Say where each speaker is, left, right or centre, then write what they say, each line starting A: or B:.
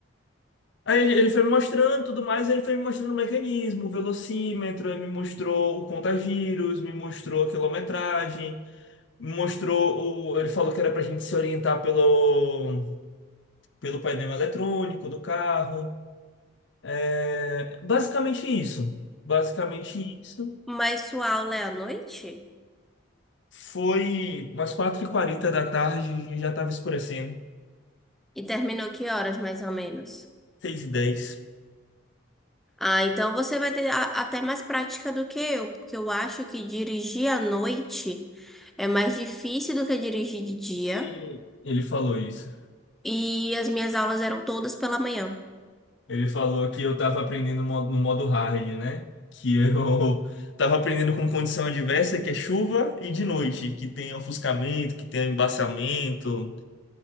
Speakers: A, on the left (about 60°); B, in the centre.
A: Aí ele foi me mostrando tudo mais, ele foi me mostrando o mecanismo, o velocímetro, ele me mostrou o contagiros, me mostrou a quilometragem, me mostrou o. Ele falou que era pra gente se orientar pelo, pelo painel eletrônico do carro. É... Basicamente isso. Basicamente isso.
B: Mas sua aula é à noite?
A: Foi umas quatro e quarenta da tarde e já estava escurecendo.
B: E terminou que horas, mais ou menos?
A: 6 e 10.
B: Ah, então você vai ter a- até mais prática do que eu, porque eu acho que dirigir à noite é mais difícil do que dirigir de dia.
A: E ele falou isso.
B: E as minhas aulas eram todas pela manhã.
A: Ele falou que eu tava aprendendo mo- no modo hard, né? Que eu <laughs> Tava aprendendo com condição adversa, que é chuva, e de noite, que tem ofuscamento, que tem embaciamento.